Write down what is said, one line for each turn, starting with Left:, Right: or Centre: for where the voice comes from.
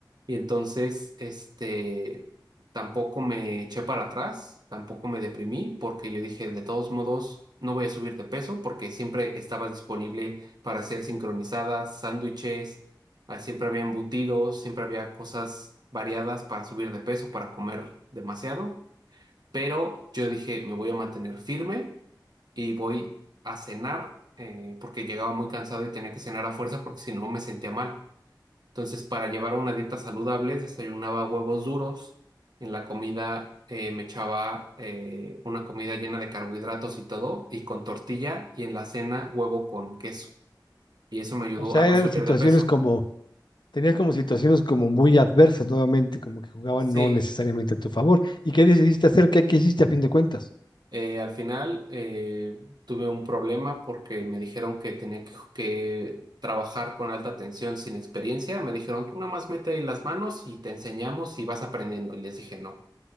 Right: Y entonces, este, tampoco me eché para atrás, tampoco me deprimí, porque yo dije, de todos modos, no voy a subir de peso, porque siempre estaba disponible para hacer sincronizadas, sándwiches Ah, Siempre había embutidos, siempre había cosas variadas para subir de peso, para comer demasiado. Pero yo dije, me voy a mantener firme y voy a cenar, eh, porque llegaba muy cansado y tenía que cenar a fuerza porque si no me sentía mal. Entonces, para llevar una dieta saludable, desayunaba huevos duros. En la comida eh, me echaba eh, una comida llena de carbohidratos y todo, y con tortilla, y en la cena huevo con queso. Y eso me ayudó
Left: O sea,
Right: a no
Left: eran
Right: subir
Left: situaciones
Right: de peso.
Left: como tenías como situaciones como muy adversas nuevamente, como que jugaban
Right: Sí.
Left: no necesariamente a tu favor. ¿Y qué decidiste hacer? ¿Qué, qué hiciste a fin de cuentas?
Right: Eh, al final eh, tuve un problema porque me dijeron que tenía que, que trabajar con alta tensión sin experiencia. Me dijeron, tú nada más mete ahí las manos y te enseñamos y vas aprendiendo. Y les dije, no,